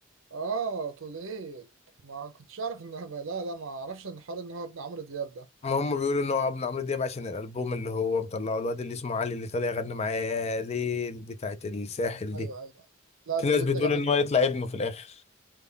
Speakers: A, on the right; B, on the left.
A: اه طوليت ما كنتش اعرف ان هو- لا لا ما اعرفش ان حوار ان هو ابن عمرو دياب ده
B: ما هم بيقولوا ان هو ابن عمرو دياب عشان الالبوم اللي هو مطلعه الواد اللي اسمه علي اللي طالع يغني معاه يا ليل بتاعت الساحل
A: ايوه
B: دي
A: ايوه لا
B: في
A: طوليت
B: ناس بتقول
A: ده جامد
B: ان هو يطلع ابنه في الاخر